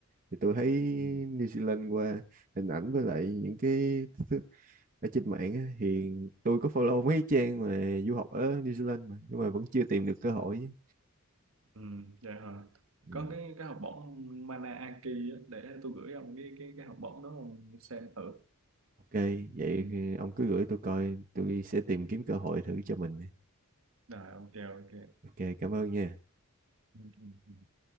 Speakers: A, on the right; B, on the right.
A: thì tôi thấy
B: Ừ.
A: New Zealand qua hình ảnh với lại những cái thứ ở trên mạng á, thì tôi có follow mấy trang mà du học ở New Zealand mà nhưng mà vẫn chưa tìm được cơ hội
B: Ừ. Dạ hả
A: ừ.
B: có cái cái học bổng Mana á, để tôi gửi ông cái cái cái học bổng đó ông xem thử
A: Ok vậy
B: ừ.
A: ông cứ gửi tôi coi tôi sẽ tìm kiếm cơ hội thử cho mình
B: rồi ok ok
A: ok cảm ơn nha
B: ừ. Ừ. ừ.